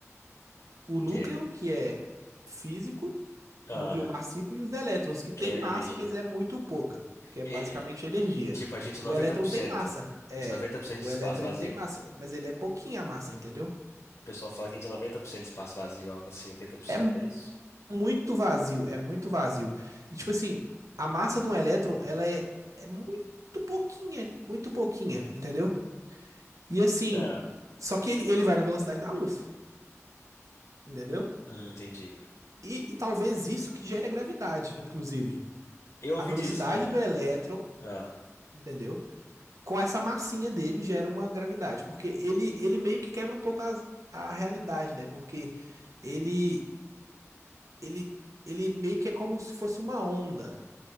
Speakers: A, on the right; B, on the left.
A: o
B: O
A: núcleo,
B: quê?
A: que é físico,
B: Ah,
A: núcleo massivo, e os elétrons, que tem
B: que é
A: massa,
B: energia.
A: mas é muito pouca, que é
B: E-
A: basicamente
B: e-
A: energia.
B: tipo, a gente é 90%.
A: O elétron tem massa,
B: A
A: é.
B: gente é 90%
A: O
B: de espaço
A: elétron
B: vazio.
A: ele tem massa, mas ele é pouquinha a massa, entendeu?
B: O pessoal fala que a gente é 90% de espaço vazio, algo assim, 80%,
A: É mu-
B: é isso?
A: muito vazio, é muito vazio. E tipo assim, a massa de um elétron, ela é, é muito pouquinha, muito pouquinha, entendeu? E assim,
B: Ah,
A: só que ele, ele vai na velocidade da luz, entendeu?
B: hum, entendi.
A: E, e talvez isso que gere a gravidade, inclusive.
B: Eu ouvi
A: a velocidade
B: dizer... Ah,
A: do elétron,
B: ah,
A: entendeu? Com essa massinha dele gera uma gravidade, porque ele, ele meio que quebra um pouco as- a, realidade, né? Porque ele, ele, ele meio que é como se fosse uma onda.